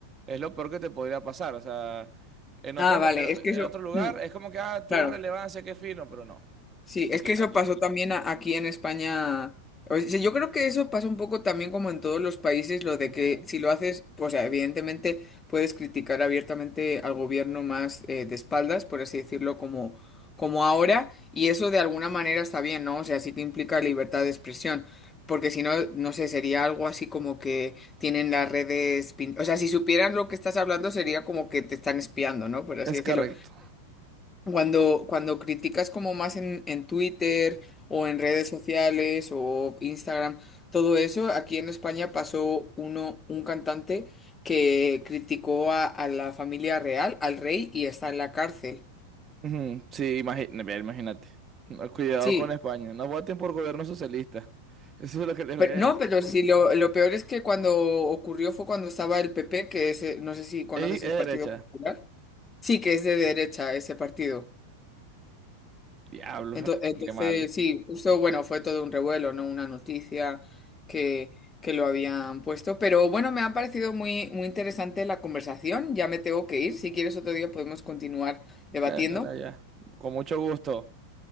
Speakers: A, on the right; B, on the left.
A: es lo peor que te podría pasar. O sea, en
B: Ah,
A: otro, mo-
B: vale,
A: en,
B: es que
A: en
B: eso...
A: otro lugar
B: mm,
A: es como que, ah, tuve
B: claro.
A: relevancia, qué fino, pero no.
B: Sí, es
A: Aquí,
B: que eso
A: aquí.
B: pasó también a- aquí en España. O sea, yo creo que eso pasa un poco también como en todos los países, lo de
A: Ujú.
B: que si lo haces, pues o sea, evidentemente puedes criticar abiertamente al gobierno más eh, de espaldas, por así decirlo, como, como ahora, y eso de alguna manera está bien, ¿no? O sea, sí que implica libertad de expresión, porque si no, no sé, sería algo así como que tienen las redes, pin- o sea, si supieran lo que estás hablando sería como que te están espiando, ¿no? Por así
A: Es
B: decirlo.
A: correcto.
B: Cuando, cuando criticas como más en, en Twitter o en redes sociales o Instagram, todo eso, aquí en España pasó uno, un cantante que criticó a, a la familia real, al rey, y está en la cárcel.
A: Ujú, Sí, imagi- mira, imagínate. No, Cuidado
B: Sí,
A: con España. No voten por gobierno socialista. <laughs> Eso es lo que les voy
B: pero
A: a
B: no,
A: decir.
B: pero sí, lo, lo peor es que cuando ocurrió fue cuando estaba el PP, que es, eh, no sé si conoces
A: Ey, es derecha.
B: el Partido Popular. Sí, que es de derecha ese partido.
A: Diablo,
B: Ento- Entonces,
A: qué mal.
B: sí, justo, bueno, fue todo un revuelo, ¿no? Una noticia que, que lo habían puesto. Pero bueno, me ha parecido muy, muy interesante la conversación. Ya me tengo que ir. Si quieres otro día podemos continuar debatiendo.
A: Carla, ya. Con mucho gusto.